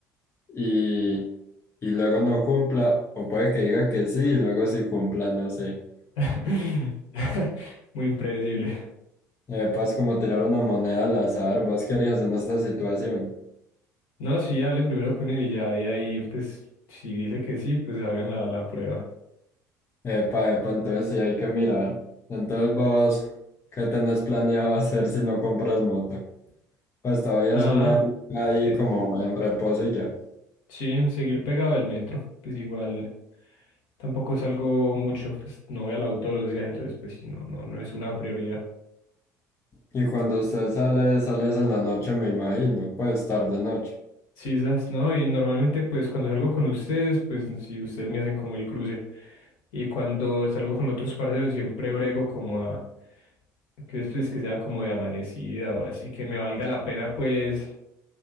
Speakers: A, on the left (about 25°); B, on the left (about 55°).
A: y, y luego no cumpla, o puede que diga que sí y luego sí cumpla, no sé.
B: <laughs> Muy impredecible.
A: Eh, Paz, como tirar una moneda al azar, ¿vos qué harías en esta situación?
B: No, sí, hable primero con él y ya, y ahí, pues, si dice que sí, pues hagan la, la prueba.
A: Epa, epa, entonces sí hay que mirar. Entonces vos, ¿qué tenés planeado hacer si no compras moto? Pues todavía
B: Nada,
A: son ahí, ahí
B: eh,
A: como en reposo y ya.
B: sí, seguir pegado del metro, pues igual, tampoco salgo mucho, pues no voy al auto todos los días, entonces, pues sí, no, no, no es una prioridad.
A: Y cuando usted sale, sales en la noche, me imagino, pues tarde noche.
B: Sí, esas, ¿no? Y normalmente, pues, cuando salgo con ustedes, pues, si ustedes me hacen como el cruce. Y cuando salgo con otros parceros, siempre brego como a... Que después que sea como de amanecida o así, que me valga la pena, pues...